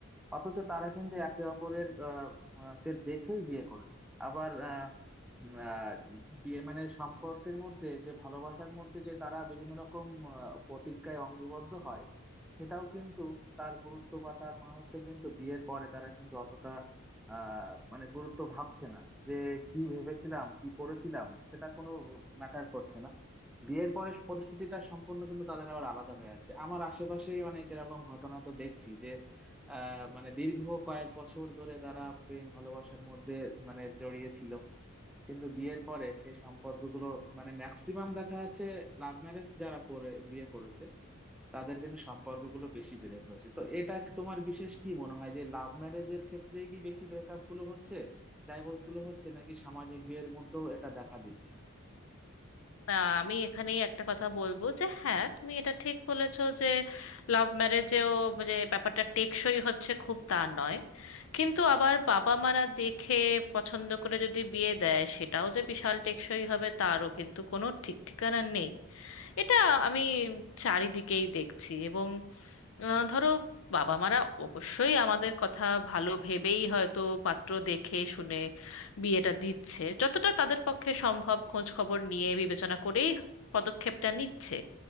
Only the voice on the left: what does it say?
না আমি এখানেই একটা কথা বলবো যে হ্যাঁ তুমি এটা ঠিক বলেছো যে লাভ ম্যারেজেও যে ব্যাপারটা টেকসই হচ্ছে খুব তা নয় কিন্তু আবার বাবা মারা দেখে পছন্দ করে যদি বিয়ে দেয় সেটাও যে বিশাল টেকসই হবে তারও কিন্তু কোনো ঠিক ঠিকানা নেই এটা আমি চারিদিকেই দেখছি এবং আহ, ধরো বাবা মারা অবশ্যই আমাদের কথা ভালো ভেবেই হয়তো পাত্র দেখে শুনে বিয়েটা দিচ্ছে যতটা তাদের পক্ষে সম্ভব খোঁজ খবর নিয়ে বিবেচনা করেই পদক্ষেপটা নিচ্ছে